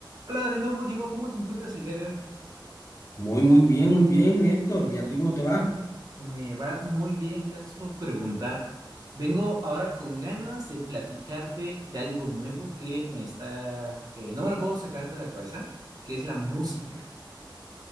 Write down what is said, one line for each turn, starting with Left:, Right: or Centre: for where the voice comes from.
Right: Hola, de nuevo Diego, ¿cómo te encuentras el día de hoy?
Left: Muy, muy bien, muy bien, Néstor. ¿Y a ti cómo te va?
Right: Me va muy bien, gracias por preguntar. Vengo ahora con ganas de platicarte de algo nuevo que me está, eh, no me lo puedo sacar de la cabeza, que es la música.